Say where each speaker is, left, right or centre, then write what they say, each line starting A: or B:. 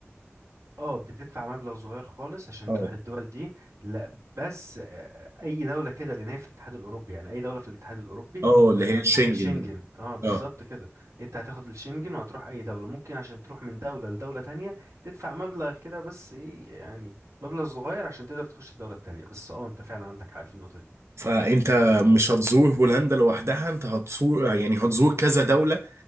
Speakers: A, on the right (about 85°); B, on the right (about 65°).
A: اه بتدفع مبلغ صغير خالص عشان
B: اه
A: تروح الدول دي لا بس آه، أي دولة كده لأن هي في الاتحاد الأوروبي يعني أي دولة في الاتحاد الأوروبي
B: اه اللي
A: هي
B: هي شنجن
A: لها شنجن اه بالظبط
B: اه
A: كده أنت هتاخد الشنجن وهتروح أي دولة ممكن عشان تروح من دولة لدولة تانية تدفع مبلغ كده بس إيه يعني مبلغ صغير عشان تقدر تخش الدولة التانية بس اه أنت فعلا عندك حق في النقطة دي
B: فانت مش هتزور هولندا لوحدها انت هتزور يعني هتزور كذا دولة